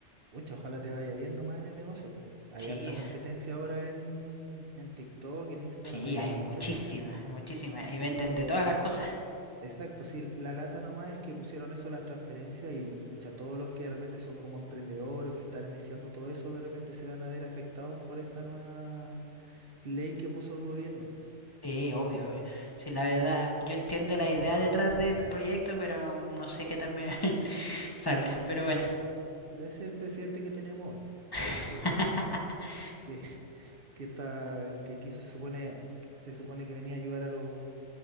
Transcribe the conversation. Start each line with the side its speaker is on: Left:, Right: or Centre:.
Right: Pucha, ojalá te vaya bien nomás en el negocio, po. Hay
Left: Sí,
Right: harta competencia ahora en, en TikTok, en Instagram,
Left: sí,
Right: hay
Left: hay
Right: harta
Left: muchísimas,
Right: competencia.
Left: muchísimas y venden
Right: Sí,
Left: de
Right: sí,
Left: todas las cosas.
Right: exacto. Sí, la lata nomás es que pusieron eso las transferencias y pucha, todos los que de repente son como emprendedores o que están iniciando todo eso, de repente se van a ver afectados por esta nueva ley que puso el gobierno. po.
Left: Sí, obvio, obvio. Sí, la verdad, yo entiendo la idea detrás del proyecto, pero no sé qué también <laughs> salga, pero bueno.
Right: Pero ese es el presidente que tenemos hoy,
Left: <laughs>
Right: que, que, <laughs> que está, que quiso, se supone, se supone que venía a ayudar a los,